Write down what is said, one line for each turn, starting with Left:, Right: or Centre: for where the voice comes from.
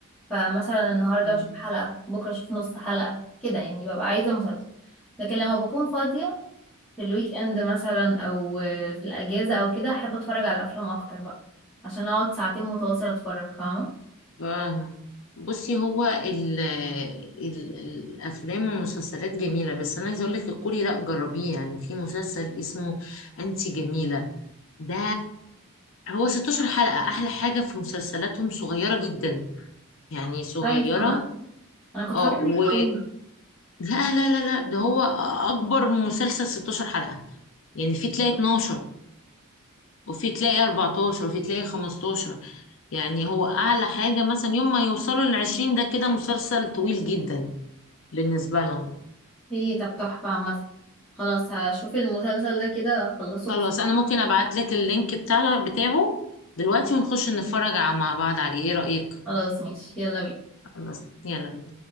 Centre: فمثلا النهاردة
Left: اه
Centre: هشوف حلقة بكرة اشوف نص حلقة كده يعني ببقى عايزة مسلسل لكن لما بكون فاضية في الويك اند مثلا او آه، في الاجازة او كده احب اتفرج على افلام اكتر بقى عشان اقعد ساعتين متواصل اتفرج فاهمة
Left: فاهمة بصي هو ال ال الافلام والمسلسلات جميله بس انا عايزه اقول لك الكوري لا جربيه يعني في مسلسل اسمه انتي جميله ده هو 16 حلقه احلى حاجه في مسلسلاتهم صغيره جدا يعني صغيره
Centre: كويس عامة انا كنت
Left: اه
Centre: فاكرة ان
Left: و
Centre: هي طويلة
Left: لا لا لا لا ده هو اكبر مسلسل 16 حلقه يعني في تلاقي 12 وفي تلاقي 14 وفي تلاقي 15 يعني هو اعلى حاجه مثلا يوم ما يوصلوا ل 20 ده كده مسلسل طويل جدا بالنسبة لهم
Centre: هي طب تحفة عامة خلاص هشوف المسلسل ده كده اخلصه
Left: خلاص
Centre: بس
Left: انا ممكن ابعت لك اللينك بتاع بتاعه دلوقتي ونخش نتفرج ع- مع بعض عليه ايه رأيك
Centre: خلاص ماشي يلا بينا
Left: خلاص يلا